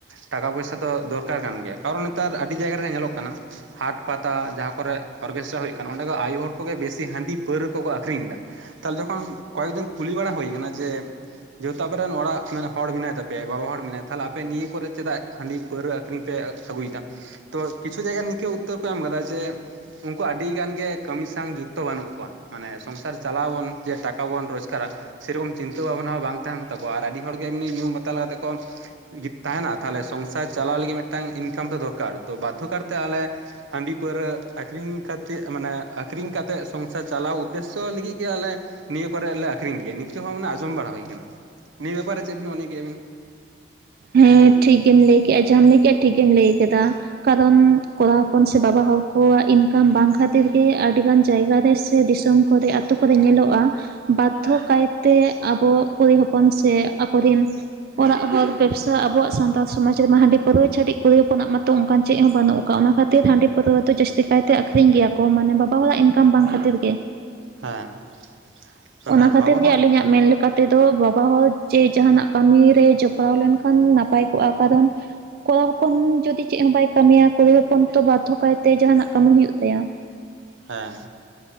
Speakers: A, on the right; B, on the right.
A: ᱴᱟᱠᱟ ᱯᱚᱭᱥᱟ ᱫᱚ ᱫᱚᱨᱠᱟᱨ ᱠᱟᱱ ᱜᱮᱭᱟ ᱠᱟᱨᱚᱱ ᱱᱮᱛᱟᱨ ᱟᱹᱰᱤ ᱡᱟᱭᱜᱟ ᱨᱮᱜᱮ ᱧᱮᱞᱚᱜ ᱠᱟᱱᱟ, ᱦᱟᱴ ᱯᱟᱛᱟ ᱡᱟᱦᱟᱸ ᱠᱚᱨᱮᱜ ᱚᱨᱜᱮᱥᱴᱨᱟ ᱦᱩᱭᱩᱜ ᱠᱟᱱᱟ ᱚᱸᱰᱮ ᱫᱚ ᱟᱭᱩ ᱦᱚᱲ ᱠᱚᱜᱮ ᱵᱮᱥᱤ ᱦᱟᱺᱰᱤ ᱯᱟᱹᱣᱨᱟᱹ ᱠᱚᱠᱚ ᱟᱠᱷᱨᱤᱧ ᱮᱫᱟ, ᱛᱟᱦᱚᱞᱮ ᱡᱚᱠᱷᱚᱱ ᱠᱚᱭᱮᱠ ᱡᱚᱱ ᱠᱩᱞᱤ ᱵᱟᱲᱟ ᱦᱩᱭ ᱠᱟᱱᱟ ᱡᱮ ᱡᱮᱦᱮᱛᱩ, ᱟᱯᱮ ᱨᱮᱱ ᱚᱲᱟᱜ ᱨᱮᱱ ᱦᱚᱲ ᱢᱮᱱᱟᱭ ᱛᱟᱯᱮᱭᱟᱭ ᱵᱟᱵᱟ ᱦᱚᱲ ᱢᱮᱱᱟᱭᱟ ᱛᱟᱦᱞᱮ ᱟᱯᱮ ᱱᱤᱭᱟᱹ ᱠᱚᱨᱮ ᱪᱮᱫᱟᱜ ᱦᱟᱺᱰᱤ ᱯᱟᱹᱣᱨᱟᱹ ᱟᱹᱷᱨᱤᱧ ᱯᱮ ᱟᱹᱜᱩᱭᱮᱫᱟ, ᱛᱚ ᱠᱤᱪᱷᱩ ᱡᱟᱭᱜᱟ ᱨᱮ ᱱᱤᱝᱠᱮ ᱩᱛᱛᱚᱨ ᱠᱚ ᱮᱢ ᱠᱟᱫᱟ ᱡᱮ, ᱩᱱᱠᱩ ᱟᱹᱰᱤ ᱜᱟᱱ ᱜᱮ ᱠᱟᱹᱢᱤ ᱥᱟᱶ ᱡᱩᱠᱛᱚ ᱵᱟᱹᱱᱩᱜ ᱠᱚᱣᱟ, ᱢᱟᱱᱮ ᱥᱚᱝᱥᱟᱨ ᱪᱟᱞᱟᱣᱵᱚᱱ ᱡᱮ ᱴᱟᱠᱟ ᱵᱚᱱ ᱨᱳᱡᱽᱜᱟᱨᱟ ᱥᱮᱨᱚᱠᱚᱢ ᱪᱤᱱᱛᱟᱹ ᱵᱷᱟᱵᱱᱟ ᱦᱚᱸ ᱵᱟᱝ ᱛᱟᱦᱮᱱ, ᱛᱟᱠᱚᱣᱟ ᱟᱨ ᱟᱹᱰᱤ ᱦᱚᱲᱜᱮ ᱮᱢᱱᱤ ᱧᱩ ᱵᱟᱛᱟᱞ ᱠᱟᱛᱮ ᱠᱚ, ᱛᱟᱦᱮᱱᱟ ᱛᱟᱦᱞᱮ ᱥᱚᱝᱥᱟᱨ ᱪᱟᱞᱟᱣ ᱞᱟᱹᱜᱤᱫ ᱢᱤᱫᱴᱟᱝ ᱤᱱᱠᱟᱢ ᱫᱚ ᱫᱚᱨᱠᱟᱨ ᱛᱚ ᱵᱟᱫᱽᱫᱷᱚ ᱠᱟᱨᱛᱮ ᱟᱞᱮ, ᱦᱟᱺᱰᱤ ᱯᱟᱹᱣᱨᱟᱹ ᱟᱹᱠᱷᱨᱤᱧ ᱠᱟᱛᱮᱫ ᱢᱟᱱᱮ ᱟᱠᱷᱨᱤᱧ ᱠᱟᱛᱮᱫ ᱥᱚᱝᱥᱟᱨ ᱪᱟᱞᱟᱣ ᱩᱫᱽᱫᱮᱥᱥᱚ ᱞᱟᱹᱜᱤᱫ ᱜᱮ ᱟᱞᱮ, ᱱᱤᱭᱟᱹ ᱠᱚᱨᱮ ᱞᱮ ᱟᱠᱷᱨᱤᱧ ᱜᱮᱭᱟ ᱱᱤᱝᱟᱹ ᱦᱚᱸ ᱢᱟᱱᱮ ᱟᱸᱚᱢ ᱵᱟᱲᱟ ᱦᱩᱭ ᱟᱠᱟᱱᱟ, ᱱᱤᱭᱟᱹ ᱵᱮᱯᱟᱨ ᱨᱮ ᱪᱮᱫ ᱵᱤᱱ ᱢᱚᱱᱮ ᱜᱮᱭᱟ ᱟᱹᱵᱤᱱ
B: ᱦᱩᱸ ᱴᱷᱤᱠ ᱜᱮᱢ ᱞᱟᱹᱭ ᱠᱮᱫᱼᱟ ᱡᱟᱦᱟᱸᱢ ᱞᱟᱹᱭ ᱠᱮᱫᱼᱟ ᱴᱷᱤᱠ ᱜᱮᱢ ᱞᱟᱹᱭ ᱠᱮᱫᱟ, ᱠᱟᱨᱚᱱ ᱠᱚᱲᱟ ᱦᱚᱯᱚᱱ ᱥᱮ ᱵᱟᱵᱟ ᱦᱚᱲ ᱠᱚᱣᱟᱜ ᱤᱱᱠᱟᱢ ᱵᱟᱝ ᱠᱷᱟᱹᱛᱤᱨ ᱜᱮ ᱟᱹᱰᱤ ᱜᱟᱱ ᱡᱟᱭᱜᱟ ᱨᱮ ᱥᱮ ᱫᱤᱥᱚᱢ, ᱠᱚᱨᱮ ᱟᱛᱳ ᱠᱚᱨᱮ ᱧᱮᱞᱚᱜᱼᱟ, ᱵᱟᱫᱽᱫᱷᱚ ᱠᱟᱭᱛᱮ ᱟᱵᱚ ᱠᱩᱲᱤ ᱦᱚᱯᱚᱱ ᱥᱮ ᱟᱠᱚᱨᱮᱱ ᱚᱲᱟᱜ ᱦᱚᱲ ᱵᱮᱵᱽᱥᱟ ᱟᱵᱚᱣᱟᱜ ᱥᱟᱱᱛᱟᱲ ᱥᱚᱢᱟᱡᱽ ᱨᱮᱢᱟ ᱦᱟᱺᱰᱤ ᱯᱟᱹᱨᱣᱟᱹ ᱪᱷᱟᱹᱴᱤᱡ ᱠᱩᱲᱤ ᱦᱚᱯᱚᱱᱟᱜ ᱢᱟᱛᱚ ᱚᱱᱠᱟᱱ ᱪᱮᱫ ᱦᱚᱸ ᱵᱟᱹᱱᱩᱜ ᱟᱠᱟᱜᱼᱟ ᱚᱱᱟ ᱠᱷᱟᱹᱛᱤᱨ ᱦᱟᱺᱰᱤ ᱯᱟᱹᱨᱣᱟᱹ ᱫᱚ ᱡᱟᱹᱥᱛᱤ ᱠᱟᱭᱛᱮ ᱟᱹᱠᱷᱨᱤᱧ ᱜᱮᱭᱟ ᱠᱚ ᱢᱟᱱᱮ ᱵᱟᱵᱟ ᱦᱚᱲᱟᱜ ᱤᱱᱠᱟᱢ ᱵᱟᱝ ᱠᱷᱟᱹᱛᱤᱨ ᱜᱮ,
A: ᱦᱮᱸ ᱢᱟᱱᱮ
B: ᱚᱱᱟ ᱠᱷᱟᱹᱛᱤᱨ
A: ᱵᱟᱵᱟ
B: ᱜᱮ
A: ᱦᱚᱲ
B: ᱟᱹᱞᱤᱧᱟᱜ ᱢᱮᱱ ᱞᱮᱠᱟ ᱛᱮᱫᱚ ᱵᱟᱵᱟ ᱦᱚᱲ ᱡᱮ ᱡᱟᱦᱟᱱᱟᱜ ᱠᱟᱹᱢᱤ ᱨᱮ ᱡᱚᱯᱲᱟᱣ ᱞᱮᱱᱠᱷᱟᱱ ᱱᱟᱯᱟᱭ ᱠᱚᱜᱼᱟ ᱠᱟᱨᱚᱱ ᱠᱚᱲᱟ ᱦᱚᱯᱚᱱ ᱡᱩᱫᱤ ᱪᱮᱫ ᱦᱚᱸ ᱵᱟᱭ ᱠᱟᱹᱢᱤᱭᱟ ᱠᱩᱲᱤ ᱦᱚᱯᱚᱱ ᱛᱚ ᱵᱟᱫᱽᱫᱷᱚ ᱠᱟᱭᱛᱮ ᱡᱟᱦᱟᱱᱟᱜ ᱠᱟᱹᱢᱤ ᱦᱩᱭᱩᱜ ᱛᱟᱭᱟ,
A: ᱦᱮᱸ